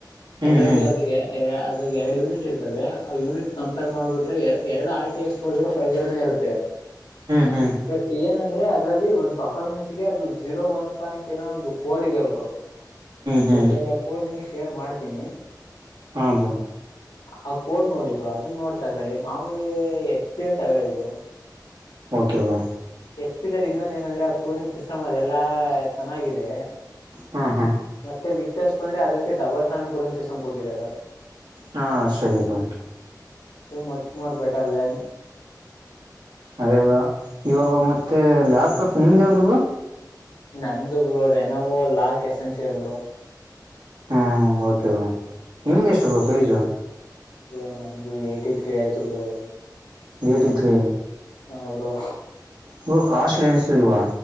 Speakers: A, on the left; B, on the right.
A: ಅದಲ್ಲಿ
B: ಹ್ಮ್ ಹ್ಮ್
A: ಅದು ಇದ್ರ ಎರಡ್ ಯೂನಿಟ್ ಇರ್ತವೆ ಆ ಯನಿಟ್ ಕಂಪೇರ್ ಮಾಡಬಿಟ್ರೆ ಎರಡು R T X four zero five ಜೀರೋನ ಇರುತ್ತೆ
B: ಹ್ಮ್
A: ಬಟ್ ಏನಂದ್ರೆ ಇದರಲ್ಲಿ ಒಂದು ಪರ್ಫಾರ್ಮೆನ್ಸ್ ಗೆ ಅದು ಜೀರೋ ಒನ್ ಪಾಯಿಂಟ್ ಏನೋ ಒಂದು ಕೋಡ್ ಇದೆ ಅವರ್ದು
B: ಹ್ಮ್
A: ಬೇಕಾದ್ರೆ ಆ ಕೋಡ್ ನಿಮ್ಗ್ ಶೇರ್ ಮಾಡ್ತೀನಿ
B: ಹಾ ಬ್ರೋ
A: ಆ ಕೋಡ್ ನೋಡಿ ಬ್ರೋ ಅದನ್ನ ನೋಡಿ ತಕೋಳ್ಳಿ ಮಾಮೂಲಿ ಹೆಚ್ ಪಿ ಎಲ್ ತಗೊಳ್ಳಿ bro
B: okay bro
A: H P ದಲ್ಲಿ ಇನ್ನೊಂದ ಏನಂದ್ರೆ ಕೂಲಿಂಗ್ ಸಿಸ್ಟಮ್ ಅದೆಲ್ಲಾ ಚೆನ್ನಾಗಿದೆ
B: ಹಾ ಹಾ
A: ಮತ್ತೆ ವಿಕ್ಟಸ್ ಬಂದ್ರೆ ಅದಕ್ಕೆ ಡಬಲ್ ಫ್ಯಾನ್ ಕೂಲಿಂಗ್ ಸಿಸ್ಟಮ್ ಕೊಟ್ಟಿದ್ದಾರೆ
B: ಹಾ ಸರಿ ಬ್ರೋ
A: ಅದು ಮಚ್ ಮೊರೆ ಬೆಟರ್ ಡಾನ್
B: ಅದ ಇವಾಗ ಮತ್ತೆ ಲ್ಯಾಪ್ಟಾಪ್ ನಿಮ್ದ ಯಾವ್ದ ಬ್ರೋ
A: ನಂದು ಬ್ರೋ ರೇನೋವೋ ಲಾಲ್ಕ್ ಎಸೆನ್ಸಿಯಲ್ ಬ್ರೋ
B: ಹ್ಮ್ ಓಕೆ ಬ್ರೋ ನಿಮ್ದ ಎಷ್ಟು ಬ್ರೋ ಫೀಸ್
A: ಬ್ರೋ ನಮ್ದು ಎಯಿಟ್ ತ್ರೀ ಆಯ್ತು ಬ್ರೋ
B: ಎಯಿಟ್ ತ್ರೀ
A: ಹ ಬ್ರೋ
B: ಬ್ರೋ ಕಾಸ್ಟ್ಲಿ ಅನಿಸಿಲ್ವ